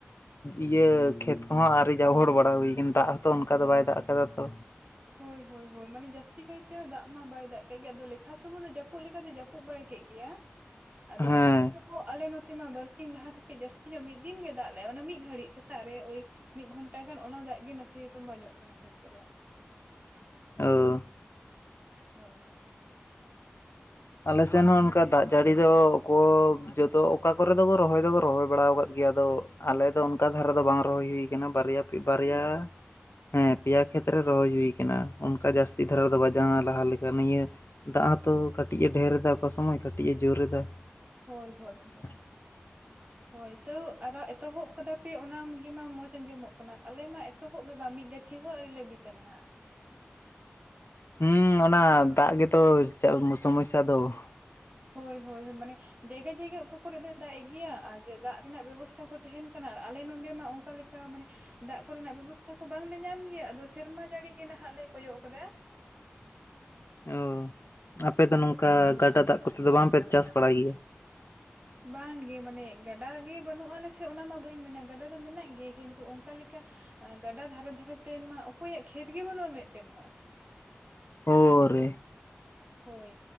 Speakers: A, on the left (about 80°); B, on the right (about 35°).
A: ᱤᱭᱟᱹ ᱠᱷᱮᱛ ᱠᱚᱦᱚᱸ ᱟᱹᱣᱨᱤ ᱡᱟᱵᱚᱲ ᱵᱟᱲᱟ ᱦᱩᱭ ᱠᱟᱱᱟ ᱫᱟᱜ ᱦᱚᱸᱛᱚ ᱚᱱᱠᱟ ᱫᱚ ᱵᱟᱭ ᱫᱟᱜ ᱠᱟᱫᱟ ᱛᱚ᱾
B: ᱦᱳᱭ ᱦᱳᱭ ᱦᱳᱭ ᱢᱟᱱᱮ ᱡᱟᱹᱥᱛᱤ ᱠᱟᱭᱛᱮ ᱫᱟᱜ ᱢᱟ ᱵᱟᱭ ᱫᱟᱜ ᱠᱟᱜ ᱜᱮ ᱟᱫᱚ ᱞᱮᱠᱷᱟ ᱥᱩᱢᱩᱝ ᱫᱚ ᱡᱟᱹᱯᱩᱫ ᱞᱮᱠᱟᱛᱮ ᱡᱟᱹᱯᱩᱫ ᱡᱟᱹᱯᱩᱫ ᱵᱟᱲᱟ ᱠᱮᱫ ᱜᱮᱭᱟ, ᱟᱫᱚ
A: ᱦᱮᱸ
B: ᱟᱞᱮ ᱦᱚᱸ ᱟᱞᱮ ᱱᱚᱛᱮ ᱢᱟ ᱵᱟᱨᱥᱤᱧ ᱞᱟᱦᱟ ᱠᱟᱹᱴᱤᱡ ᱡᱟᱹᱥᱛᱤ ᱧᱚᱜ ᱢᱤᱫ ᱫᱤᱱ ᱜᱮ ᱫᱟᱜ ᱞᱮ-ᱟ ᱚᱱᱟ ᱢᱤᱫ ᱜᱷᱟᱹᱲᱤᱡ ᱥᱮᱛᱟᱜ ᱨᱮ ᱳᱭ ᱢᱤᱫ ᱜᱷᱚᱱᱴᱟ ᱜᱟᱱ ᱚᱱᱟ ᱫᱟᱜ ᱜᱮ ᱱᱟᱥᱮ ᱛᱩᱢᱵᱟ ᱧᱚᱜ ᱠᱟᱱᱟ ᱠᱷᱮᱛ ᱠᱚᱨᱮ᱾
A: ᱚ
B: ᱦᱳᱭ ᱦᱳᱭ,
A: ᱟᱞᱮ ᱥᱮᱱ ᱦᱚᱸ ᱚᱱᱠᱟ ᱫᱟᱜ ᱡᱟᱹᱲᱤ ᱫᱚ ᱚᱠᱚ ᱡᱚᱛᱚ ᱚᱠᱟ ᱠᱚᱨᱮ ᱫᱚ ᱨᱚᱦᱚᱭ ᱫᱚᱠᱚ ᱨᱚᱦᱚᱭ ᱵᱟᱲᱟ ᱟᱠᱟᱫ ᱜᱮᱭᱟ᱾ ᱟᱫᱚ ᱟᱞᱮ ᱫᱚ ᱚᱱᱠᱟ ᱫᱷᱟᱨᱟ ᱫᱚ ᱵᱟᱝ ᱨᱚᱦᱚᱭ ᱦᱩᱭ ᱟᱠᱟᱱᱟ ᱵᱟᱨᱭᱟ ᱵᱟᱨᱭᱟ, ᱦᱮᱸ ᱯᱮᱭᱟ ᱠᱷᱮᱛ ᱨᱮ ᱨᱚᱦᱚᱭ ᱦᱩᱭ ᱠᱟᱱᱟ ᱚᱱᱠᱟ ᱡᱟᱹᱥᱛᱤ ᱫᱷᱟᱨᱟ ᱫᱚ ᱵᱟᱝ-ᱟ ᱞᱟᱦᱟ ᱞᱮᱠᱟ ᱱᱤᱭᱟᱹ ᱫᱟᱜ ᱦᱚᱸᱛᱚ ᱠᱟᱹᱴᱤᱡ-ᱮ ᱰᱷᱮᱨ ᱮᱫᱟ ᱚᱠᱟ ᱥᱚᱢᱚᱭ ᱠᱟᱹᱴᱤᱡ ᱮ ᱡᱳᱨ ᱫᱟ ᱾
B: ᱦᱳᱭ ᱦᱳᱭ ᱦᱳᱭ᱾
A: <inaudible>
B: ᱦᱳᱭ ᱛᱟᱹᱣ ᱟᱨᱚ ᱮᱛᱚᱦᱚᱵ ᱠᱟᱫᱟ ᱯᱮ ᱚᱱᱟ ᱜᱮ ᱢᱟ ᱢᱚᱸᱡᱽ ᱟᱸᱡᱚᱢᱚᱜ ᱠᱟᱱᱟ ᱟᱞᱮ ᱢᱟ ᱮᱛᱚᱦᱚᱵ ᱜᱮ ᱵᱟᱝ ᱢᱤᱫ ᱜᱟᱹᱪᱷᱤ ᱦᱚᱸ ᱟᱹᱣᱨᱤ ᱞᱮ ᱵᱤᱫᱟ ᱱᱟᱦᱟᱸᱜ ᱾
A: ᱦᱩᱸ ᱚᱱᱟ ᱫᱟᱜ ᱜᱮᱛᱚ ᱥᱚᱢᱚᱥᱟ ᱫᱚ ᱾
B: ᱦᱳᱭ ᱦᱳᱭ ᱢᱟᱱᱮ ᱡᱟᱭᱜᱟ ᱡᱟᱭᱜᱟ ᱚᱠᱟ ᱠᱚᱨᱮ ᱫᱚ ᱫᱟᱜ ᱮᱫ ᱜᱮᱭᱟ ᱟᱨ ᱫᱟᱜ ᱨᱮᱱᱟᱜ ᱵᱮᱵᱚᱥᱛᱷᱟ ᱠᱚ ᱛᱟᱦᱮᱸᱱ ᱠᱟᱱᱟ ᱟᱨ ᱟᱞᱮ ᱱᱚᱸᱰᱮ ᱢᱟ ᱚᱱᱠᱟ ᱞᱮ ᱠᱟ ᱢᱟᱱᱮ ᱫᱟᱜ ᱠᱚᱨᱮᱱᱟᱜ ᱵᱮᱵᱚᱥᱛᱷᱟ ᱠᱚ ᱵᱟᱝᱞᱮ ᱧᱟᱢ ᱜᱮᱭᱟ ᱟᱫᱚ ᱥᱮᱨᱢᱟ ᱡᱟᱹᱲᱤ ᱜᱮ ᱱᱟᱦᱟᱸᱜ ᱞᱮ ᱠᱚᱭᱚᱜ ᱠᱟᱫᱟ ᱾
A: ᱚ ᱟᱯᱮ ᱫᱚ ᱱᱚᱝᱠᱟ ᱜᱟᱰᱟ ᱫᱟᱜ ᱠᱚᱛᱮ ᱫᱚ ᱵᱟᱝᱯᱮ ᱪᱟᱥ ᱵᱟᱲᱟᱭ ᱜᱮᱭᱟ?
B: ᱵᱟᱝᱜᱮ ᱢᱟᱱᱮ ᱜᱟᱰᱟ ᱜᱮ ᱵᱟᱹᱱᱩᱜᱼᱟ ᱟᱞᱮᱥᱮᱫ ᱚᱱᱟᱢᱟ ᱵᱟᱹᱧ ᱢᱮᱱᱮᱫ ᱜᱟᱰᱟ ᱫᱚ ᱢᱮᱱᱟᱜ ᱜᱮ ᱠᱤᱱᱛᱩ ᱚᱱᱠᱟ ᱞᱮᱠᱟ ᱟᱸ ᱜᱟᱰᱟ ᱫᱷᱟᱨᱮ ᱫᱷᱟᱨᱮ ᱛᱮᱱ ᱢᱟ ᱚᱠᱚᱭᱟᱜ ᱠᱷᱮᱛ ᱜᱮ ᱵᱟᱹᱱᱩᱜᱼᱟ ᱢᱤᱫᱴᱮᱱ ᱦᱚᱸ ᱾
A: ᱦᱚᱨᱮ᱾
B: ᱦᱳᱭ